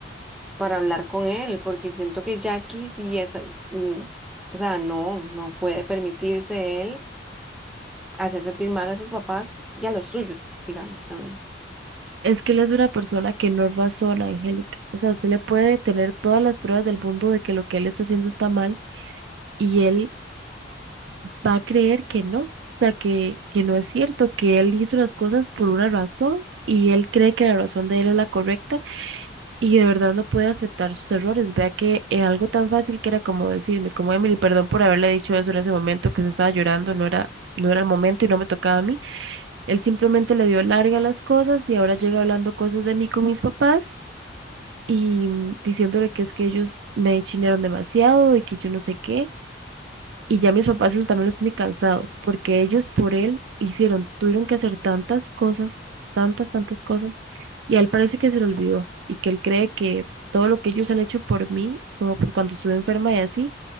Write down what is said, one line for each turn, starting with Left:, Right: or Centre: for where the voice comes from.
Centre: para hablar con él, porque siento que Jackie sí es, mm, o sea, no, no puede permitirse él hacer sentir mal a sus papás y a los suyos, digamos también.
Right: Es que él es una persona que no razona, Angélica. O sea, usted le puede tener todas las pruebas del mundo de que lo que él está haciendo está mal y él va a creer que no. O sea, que, que no es cierto, que él hizo las cosas por una razón y él cree que la razón de él es la correcta Y de verdad no puede aceptar sus errores. Vea que es algo tan fácil que era como decirme, como Emily, perdón por haberle dicho eso en ese momento, que usted estaba llorando, no era, no era el momento y no me tocaba a mí. Él simplemente le dio larga a las cosas y ahora llega hablando cosas de mí con mis papás y mm, diciéndole que es que ellos me chinearon demasiado y que yo no sé qué. Y ya mis papás eso también los tiene cansados, porque ellos por él hicieron, tuvieron que hacer tantas cosas, tantas, tantas cosas, y a él parece que se le olvidó, y que él cree que todo lo que ellos han hecho por mí, como por cuando estuve enferma y así,